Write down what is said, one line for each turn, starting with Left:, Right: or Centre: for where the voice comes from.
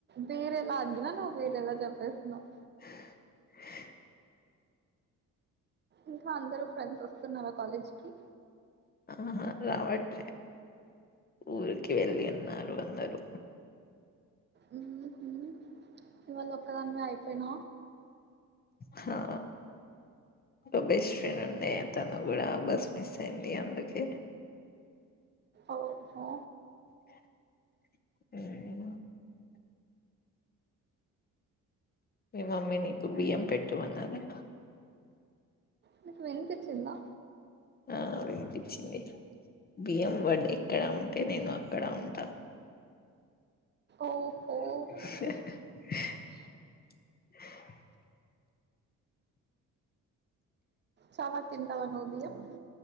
Right: వేరేలా అడిగినా నువ్వు వేరేలా చెప్పేసినవ్
Left: ఆ
Right: ఇంకా అందరూ ఫ్రెండ్స్ వస్తున్నారా కాలేజ్ కి
Left: ఆహా రావట్లే ఊరికి వెళ్ళిన్నారు అందరూ
Right: ఉ హు ఇవాళ ఒక్కదానివే అయిపోయిన
Left: హా ఓ బెస్ట్ ఫ్రెండ్ ఉంది తను కూడా బస్ మిస్ అయింది అందుకే
Right: ఓహో
Left: <unintelligible> మీ మమ్మీ మీకు బియ్యం పెట్టు అన్నదా
Right: మీకు వినిపించిందా
Left: ఆ వినిపించింది బియ్యం వడ్ ఎక్కడ ఉంటే నేను అక్కడ ఉంటా
Right: ఓహో
Left: ఆ
Right: చాలా తింటావా నువ్ బియమ్